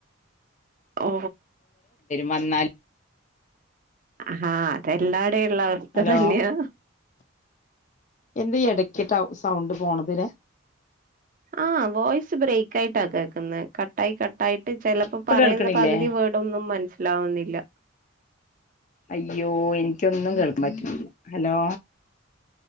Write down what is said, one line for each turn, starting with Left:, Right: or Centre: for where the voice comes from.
Right: ഓ
Left: വന്നാല്
Right: ആഹ അതെല്ലാടെള്ള അവസ്ഥ
Left: ഹലോ
Right: തന്നെയാ
Left: എന്ത് ഇടക്കിട്ടാ സൗണ്ട് പോണത് ലേ
Right: ആഹ് വോയിസ് ബ്രേക്ക് ആയിട്ടാ കട്ടായി കട്ടായിട്ട് ചിലപ്പോ
Left: ഇപ്പൊ
Right: പറയുന്ന
Left: കേൾക്കണില്ലേ
Right: പകുതി വേർഡോന്നും മനസ്സി ലാവുന്നില്ല
Left: അയ്യോ എനിക്കൊന്നും കേൾക്കാൻ പറ്റില്ല ഹലോ